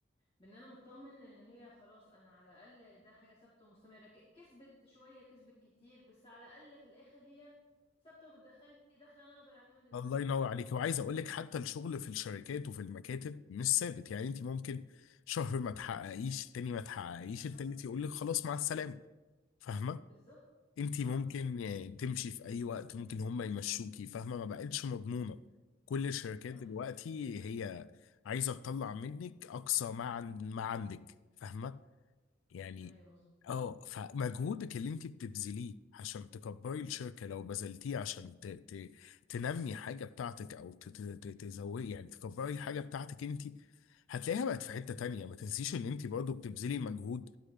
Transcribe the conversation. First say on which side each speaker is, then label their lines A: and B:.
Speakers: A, on the left; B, on the left.
A: بان انا مطمن ان هي خلاص انا على الاقل ده حاجة ثابتة ومستمرة ك... كسبت شوية كسبت كتير بس على الاقل في الاخر هي ثابتة وبتدخل لي دخل انا اقدر اعتمد ان
B: الله
A: انا ادخل
B: ينور
A: لي مبلغ
B: عليك وعايز
A: معين
B: اقول لك حتى الشغل في الشركات وفي المكاتب مش ثابت يعني انت ممكن شهر ما تحققيش التاني ما تحققيش
A: آه،
B: التالت يقول لك خلاص مع السلامه فاهمه
A: بالظبط
B: انت ممكن
A: اه
B: آه، تمشي في اي وقت ممكن هم يمشوكي فاهمه ما بقتش مضمونه كل الشركات
A: صح
B: دلوقتي هي عايزه تطلع منك اقصى ما عن ما عندك فاهمه يعني
A: ايوه مظبوط
B: اه فمجهودك اللي انت بتبذليه عشان تكبري الشركة لو بذلتيه عشان ت... ت... تنمي حاجة بتاعتك او ت... ت... ت- تزودي يعني تكبري حاجة بتاعتك انت هتلاقيها بقت في حتة تانية ما تنسيش ان انت برضه بتبذلي مجهود